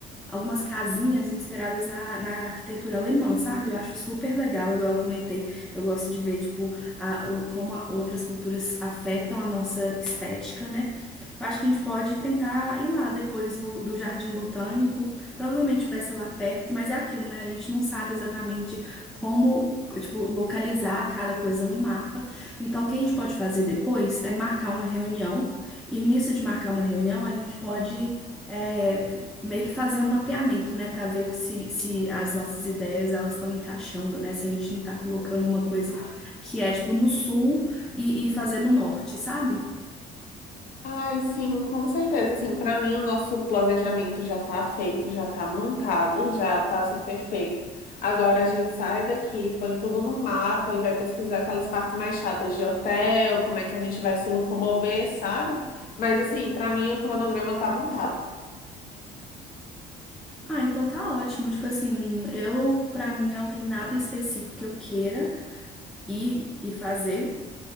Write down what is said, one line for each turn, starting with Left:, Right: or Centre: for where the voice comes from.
Centre: algumas casinhas inspiradas na, na arquitetura alemã, sabe? Eu acho super legal, igual eu comentei. Eu gosto de ver, tipo, a, o, como a- outras culturas afetam a nossa estética, né? Eu acho que a gente pode tentar ir lá depois do, do Jardim Botânico. Provavelmente vai ser lá perto, mas é aquilo, né? A gente não sabe exatamente como, tipo, localizar cada coisa no mapa. Então, o que a gente pode fazer depois é marcar uma reunião. E nisso de marcar uma reunião, a gente pode. é, meio que fazer um mapeamento, né, para ver se, se as nossas ideias elas estão encaixando, né? Se a gente não tá colocando uma coisa que é tipo no sul e, e fazer no norte, sabe?
Left: Ai, sim, com certeza. Assim, para mim, o nosso planejamento já tá feito, já tá montado, já tá, assim, perfeito. Agora a gente sai daqui, põe tudo no mapa e vai pesquisar aquelas partes mais chatas de hotel, como é que a gente vai se locomover, sabe? Mas, assim, para mim, o cronograma tá montado.
Centre: Ah, então tá ótimo. Tipo assim, eu pra mim não tem nada específico que eu queira ir e fazer.